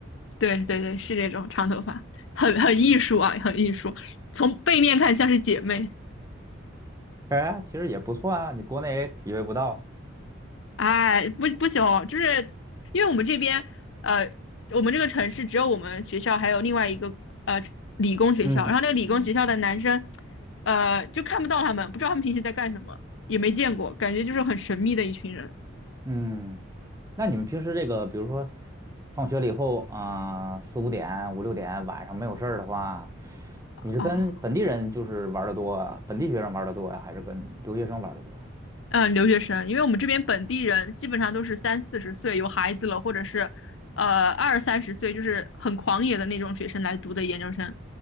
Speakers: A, on the left; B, on the right.
A: 对对对对，是这种长头发，很很艺术啊，很艺术，从背面看像是姐妹。
B: 哎，其实也不错啊，你国内也体会不到。
A: 哎，不不行，就是因为我们这边，呃，我们这个城市只有我们学校还有另外一个呃理工学校，
B: 嗯嗯
A: 然后那个理工学校的男生，呃，就看不到他们，不知道他们平时在干什么，也没见过，感觉就是很神秘的一群人
B: 嗯。那你们平时这个，比如说放学了以后啊，四五点、五六点晚上没有事儿的话，你是跟本地人就是玩的多啊，
A: 啊。
B: 本地学生玩的多呀，还是跟留学生玩的多呀？
A: 嗯，留学生，因为我们这边本地人基本上都是三四十岁有孩子了，或者是呃二三十岁，就是很狂野的那种学生来读的研究生。